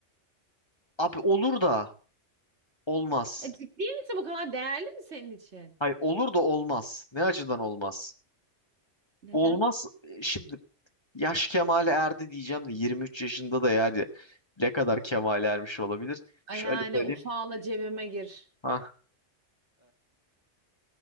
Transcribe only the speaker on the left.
Abi olur da olmaz.
Hayır olur da olmaz. Ne açıdan olmaz?
Olmaz. E, Şimdi yaş kemale erdi diyeceğim de 23 yaşında da yani ne kadar kemale ermiş olabilir?
Şöyle
söyleyeyim.
Ha.